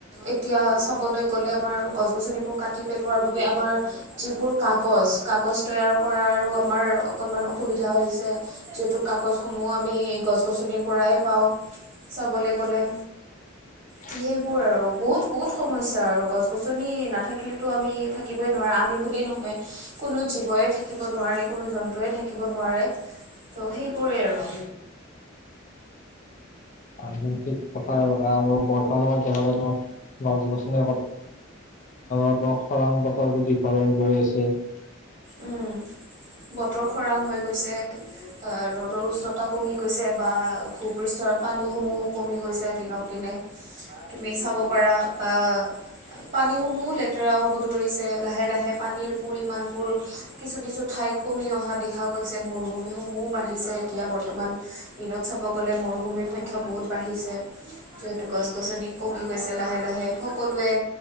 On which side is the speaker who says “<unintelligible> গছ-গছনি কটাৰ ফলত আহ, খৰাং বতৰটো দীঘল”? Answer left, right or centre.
Left